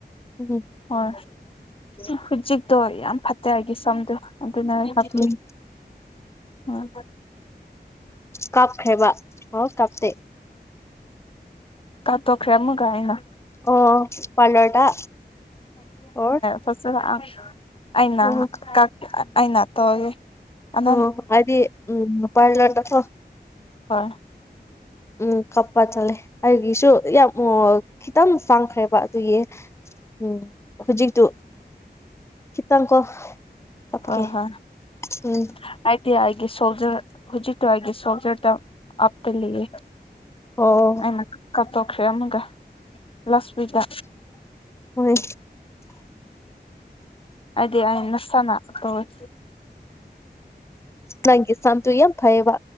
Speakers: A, on the left (about 15°); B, on the left (about 30°).
A: ꯎꯝ
B: ꯍꯣꯏ ꯍꯧꯖꯤꯛꯇꯣ ꯌꯥꯝ ꯐꯠꯇꯦ ꯑꯩꯒꯤ ꯁꯝꯗꯣ ꯑꯗꯨꯅ ꯍꯥꯞꯄꯤ
A: ꯎꯝ
B: ꯑꯥꯡꯕꯠ
A: ꯀꯥꯞꯈ꯭ꯔꯦꯕ ꯍꯥꯎ ꯀꯥꯞꯇꯦ
B: ꯀꯥꯞꯇꯣꯛꯈ꯭ꯔꯦ ꯑꯃꯨꯛꯀ ꯑꯩꯅ
A: ꯑꯣ ꯄꯥꯂꯔꯗ ꯑꯣꯔ
B: ꯐꯠꯆꯔꯑꯥꯛ ꯑꯩꯅ
A: ꯎꯝ
B: ꯀꯛ ꯑꯩꯅ ꯇꯧꯒꯦ ꯑꯃꯝ
A: ꯎꯝ ꯍꯥꯏꯗꯤ ꯎꯝ ꯄꯥꯔꯂꯔ ꯗꯈꯣ
B: ꯍꯣꯏ
A: ꯎꯝ ꯀꯞꯄ ꯆꯠꯂꯦ ꯑꯩꯒꯤꯁꯨ ꯌꯥꯝ ꯎꯋꯥ ꯈꯤꯇꯪ ꯆꯪꯈ꯭ꯔꯦꯕ ꯑꯗꯨꯒꯤ ꯎꯝ ꯍꯧꯖꯤꯛꯇꯨ ꯈꯤꯇꯪꯀꯣ ꯀꯞꯀꯦ
B: ꯍꯣ ꯍꯣꯏ
A: ꯎꯝ
B: ꯑꯥꯏꯇꯤ ꯑꯥꯏꯒꯤ ꯁꯣꯜꯖꯔ ꯍꯧꯖꯤꯛꯇꯣ ꯑꯩꯒꯤ ꯁꯣꯜꯖꯔꯗ ꯑꯞꯇ ꯂꯩꯌꯦ
A: ꯑꯣ
B: ꯑꯩꯅ ꯀꯥꯞꯇꯣꯛꯈ꯭ꯔꯦ ꯑꯃꯨꯛꯒ ꯂꯥꯁ ꯋꯤꯛꯗ
A: ꯍꯨꯏ
B: ꯑꯥꯏꯗꯤ ꯑꯥꯏ ꯅꯁꯥꯅ ꯇꯧꯋꯣꯏ
A: ꯅꯪꯒꯤ ꯁꯝꯇꯨ ꯌꯥꯝ ꯐꯩꯌꯦꯕ